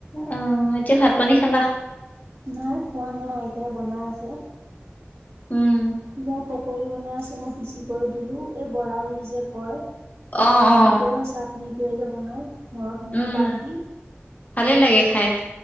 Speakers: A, on the left; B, on the right.
A: আহ এতিয়া ভাত পানী খালা।
B: নাই খোৱা নাই এতিয়া বনাই আছে।
A: উম
B: কিবা পকী বনাই আছে মই পিচি কৰি দিলো এই বৰা বুলি যে কয়
A: অ অ
B: বুটৰ চাটনিটয়ে যে বনাই। নৰসিংহ
A: উম
B: পাত দি,
A: ভালে লাগে খাই